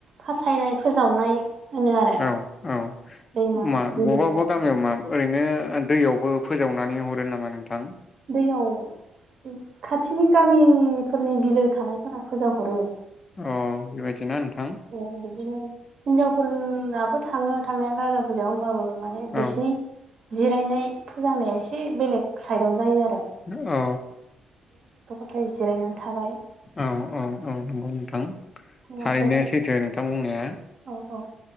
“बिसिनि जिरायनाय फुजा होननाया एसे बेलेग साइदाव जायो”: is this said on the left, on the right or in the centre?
Right